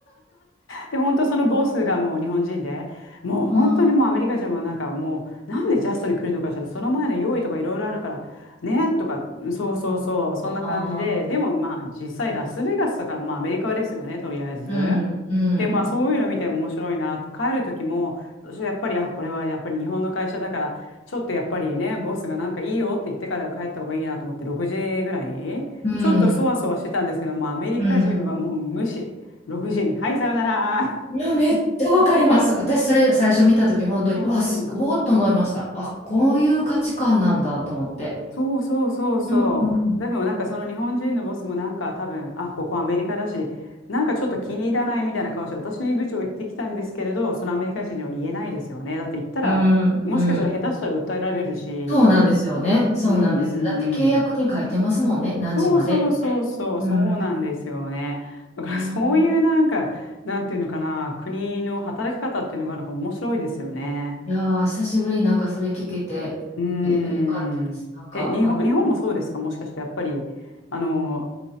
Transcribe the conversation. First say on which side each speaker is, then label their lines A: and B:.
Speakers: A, on the left; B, on the left.
A: で、本当そのボスがもう日本人で、もう本当にもうアメリカ人はなんかもう、
B: あ
A: なんでジャストに来るのかしら、その前の用意とかいろいろあるから、ね、とか、そうそうそう、そんな感じで、
B: あ
A: でもまあ実際ラスベガスだから、まあアメリカですよね、とりあえず。
B: ー。うん。うん。
A: で、まあそういうの見て面白いなって、帰る時も、私はやっぱり、あ、これはやっぱり日本の会社だから、ちょっとやっぱりね、ボスがなんかいいよって言ってから帰った方がいいなと思って、6時ぐらい、
B: うん。
A: ちょっとそわそわしてたんですけど、もうアメリカ人はもう無視。
B: うん。
A: 6時に。はい、さよなら。
B: いや、めっちゃわかります。私、それ最初見たとき、本当に、
A: うんうん。
B: うわ、すごいと思いました。あ、こういう価値観なんだと思って。
A: そうそうそうそう。
B: うんうん、
A: でもなんかその日本人のボスもなんか多分、あ、ここアメリカだし、なんかちょっと気に入らないみたいな顔して、私に愚痴を言ってきたんですけれど、そのアメリカ人には言えないですよね。だって言ったら、
B: うん、
A: もしかしたら下手したら訴えられるし。
B: うん。そうなんですよね。そうなんですよ。
A: うん
B: だって契約に書いてますもんね。
A: うんうん。
B: 何時までって。
A: そうそうそうそう、
B: うん、
A: そうなんですよね。
B: うん、
A: だからそういうなんか、
B: うん
A: なんていうのかな、国の働き方っていうのがあるから面白いですよね。
B: いやー、久しぶりになんかそれ聞けて、
A: うーん。
B: いや、よかったです。なんか、
A: え、日本、
B: あの、
A: 日本もそうですかもしかしてやっぱり、あの、